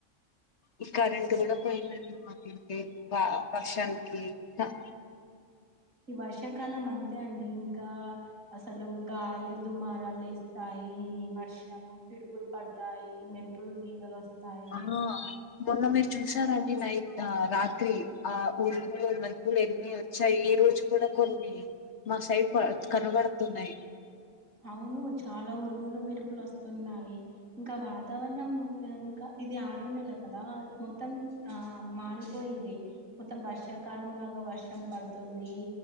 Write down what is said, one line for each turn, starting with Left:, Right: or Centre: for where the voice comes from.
Left: ఈ కరెంట్ గూడా పోయిందండి మాకైతే బా వర్షానికి త
Right: ఈ వర్షాకాలం అంతే అండి ఇంకా అసలు గాలి దుమారాలేస్తాయి వర్షం పిడుగులు పడతాయి. మెరుపులు తీగలు వస్తాయి
Left: ఆహ్ మొన్న మీరు చూసారండి నై ద రాత్రి ఆ ఉరుములు మెరుపులు ఎన్ని వచ్చాయి. ఈ రోజు కూడా కొన్ని మా సైట్ ప కనబడుతున్నాయి.
Right: అవును చాలా ఉరుములు, మెరుపులు వస్తున్నాయి. ఇంకా వాతావరణం యన్ క ఇది ఆరో నెల కదా మొత్తం ఆ మారిపోయింది మొత్తం వర్షాకాలం లాగా వర్షం పడుతుంది.